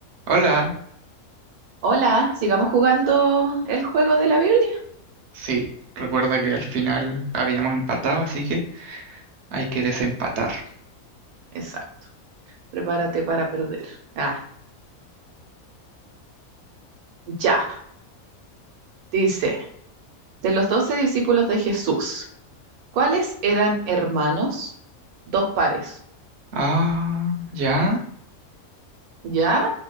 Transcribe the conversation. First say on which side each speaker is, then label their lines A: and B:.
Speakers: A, on the right (about 60°); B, on the right (about 80°).
A: Hola,
B: Hola, sigamos jugando el juego de la Biblia.
A: sí, recuerda que al final habíamos empatado, así que hay que desempatar.
B: Exacto. Prepárate para perder. Ah, ya. Dice, de los doce discípulos de Jesús, ¿cuáles eran hermanos? Dos pares.
A: Ah, ¿ya?
B: ¿Ya?